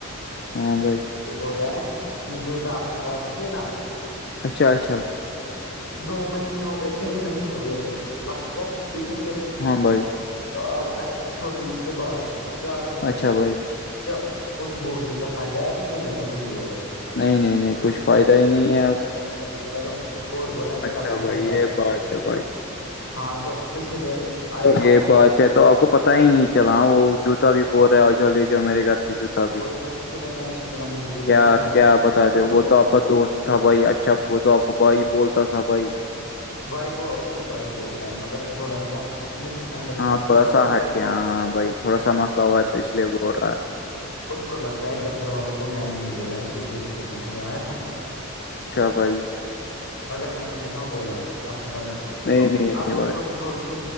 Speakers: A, on the left; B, on the left.
A: ہاں بھائی
B: یہ بول رہا ہے یہ جوتا اپنا واپس لینا
A: اچھا اچھا
B: دو مہینے ہو گئے تین مہینے ہو گئے اسے لگ بھگ عید کے
A: ہاں بھائی
B: آپنا چھوٹی عید کے بعد چار مہینے
A: اچھا
B: ہو
A: بھائی
B: گئے ب اس وہ جوتا فائدہ یا کچھ نہیںنے کہ تم بھی بولو
A: نہیں نہیں نہیں
B: تم
A: کچھ فائدہ ہی نہیں ہے اب
B: <unintelligible> تو اور بول رہے ہیں میں
A: اچھا
B: کل پیسے
A: بھائی یہ
B: ڈال دوں
A: بات ہے بھائی
B: ہاں تو اسی لیے
A: یہ
B: ابرا
A: بات
B: نے
A: ہے تو آپ کو پتا ہی نہیں چلا وہ جوتا بھی بول رہا ہے آ ج لے جاؤ میرے گھر سے جوتا ب
B: وہی نا اسی لیے میں نے اس کو بولا مجھے جوتا
A: کیا
B: نہیں چاہیے
A: کیا بتے
B: میں نے اس کو
A: وہ
B: بولا
A: تو آپ دوست تھا بھائی اچھا وہ تو آپ کو بھائی بولتا تھا بھائی
B: بھائی وہ ابھی بھی بھائی بولتا ہے مگر تھوڑا سا مس انڈرسٹینڈ
A: ہاں تھوڑا
B: اس کو لگتا
A: سا ہٹ
B: ہےتا
A: کے ہاں بھائی تھوڑا
B: ہے
A: سا مسئلہ ہوا ہے تو اس لیے بول رہا ہے
B: اس کو لگتا ہے گھر والوں کو میں نے ہی بولا ہے اس کو جوتی کتنا چلو آیا سمج
A: اچھا بھائی
B: مگر میں نے مت بولا ہے اب کو پتا ہے نا
A: نہیں
B: تو
A: نہیں نہیں
B: اب
A: بھائی
B: اس کو تھوڑی سی